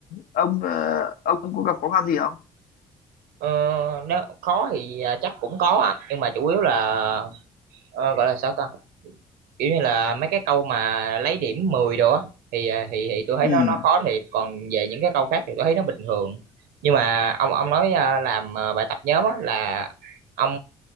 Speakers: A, on the left; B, on the right.
A: ông ờ, ông có gặp khó khăn gì không?
B: Ờ, nếu khó thì ờ, chắc cũng có á nhưng mà chủ yếu là ờ, gọi là sao ta kiểu như là mấy cái câu mà lấy điểm 10 đồ á thì à, thì thì tôi thấy
A: Ừ.
B: nó nó khó thiệt còn về những cái câu khác thì tôi thấy nó bình thường nhưng mà ông ông nói à, làm à, bài tập nhóm á là ông